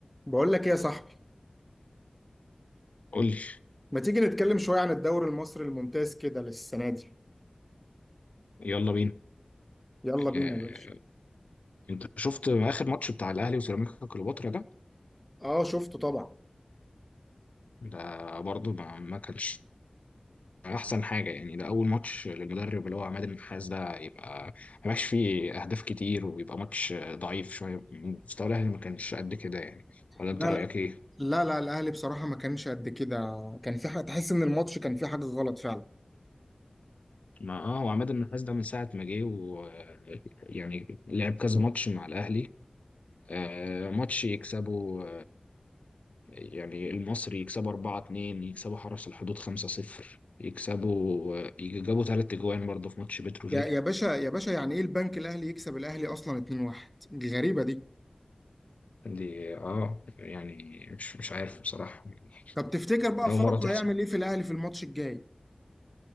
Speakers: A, in the centre; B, on the left.
A: بقول لك ايه يا صاحبي
B: قول لي
A: ما تيجي نتكلم شوية عن الدوري المصري الممتاز كده للسنة دي
B: يلا بينا
A: يلا بينا
B: آه،
A: يا باشا
B: انت شفت اخر ماتش بتاع الاهلي وسيراميكا كليوباترا ده
A: اه شفته طبعا
B: ده برضه ما, ما كانش احسن حاجه يعني ده اول ماتش للمدرب اللي هو عماد النحاس ده يبقى ما بقاش فيه اهداف كتير ويبقى ماتش ضعيف شويه مستوى الاهلي ما كانش قد كده يعني ولا انت
A: لا
B: رايك
A: لا
B: ايه
A: لا لا الاهلي بصراحة ما كانش قد كده كان في حاجة تحس ان الماتش كان فيه حاجة غلط فعلا
B: ما اه هو عماد النحاس ده من ساعه ما جه و يعني لعب كذا ماتش مع الاهلي آه، ماتش يكسبه يعني المصري يكسبوا 4-2 يكسبوا حرس الحدود 5-0 يكسبوا يجابوا ثلاث اجوان برضه في ماتش بتروجيت
A: يا يا باشا يا باشا يعني ايه البنك الاهلي يكسب الاهلي اصلا 2-1 دي غريبة دي
B: دي اه يعني مش مش عارف بصراحة يعني
A: طب تفتكر بقى
B: أول
A: فاروق
B: مرة تحصل
A: هيعمل ايه في الاهلي في الماتش الجاي